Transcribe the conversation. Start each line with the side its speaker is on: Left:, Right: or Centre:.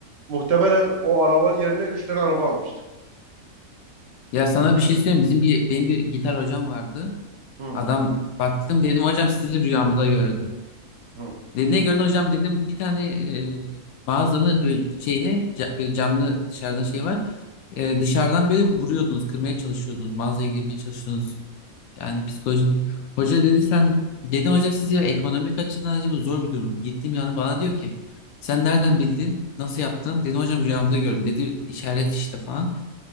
Right: muhtemelen o arabanın yerine 3 tane araba almıştım.
Left: Ya sana bir şey söyleyeyim. Bizim bir benim bir gitar hocam vardı.
Right: Hı,
Left: Adam baktım dedim hocam sizi rüyamda gördüm.
Right: hı,
Left: Dedi ne gördün hocam dedim bir tane e, mağazanın böyle şeyine ca- böyle camlı dışarıdan şey var. E, dışarıdan böyle vuruyordunuz, kırmaya çalışıyordunuz, mağazaya girmeye çalışıyordunuz. Yani psikoloji hoca dedi sen dedim hocam siz ya ekonomik açıdan acaba zor bir durum. Gittiğim yani bana diyor ki sen nereden bildin? Nasıl yaptın? Dedim hocam rüyamda gördüm. Dedi işaret işte falan.